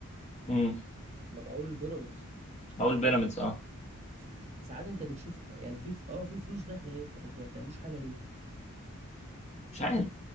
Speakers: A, on the left; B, on the right.
A: امم
B: مبيعوه لبيراميدز
A: اقول
B: فانت
A: بيراميدز اه
B: في في- ساعات انت بتشوف يعني في ف- اه في فلوس داخله اهي طب انتوا ما بتعملوش حاجه ليه؟
A: مش عارف